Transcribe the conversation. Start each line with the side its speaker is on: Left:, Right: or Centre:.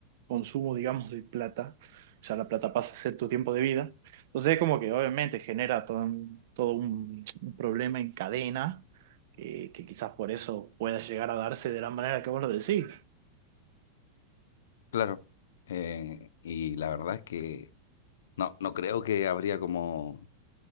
Right: consumo, digamos, de plata, ya la plata pasa a ser tu tiempo de vida. Entonces es como que obviamente genera todo, un- todo un un problema en cadena, que, que quizás por eso pueda llegar a darse de la manera que vos lo decís.
Left: claro. Eh, y la verdad es que no, no creo que habría como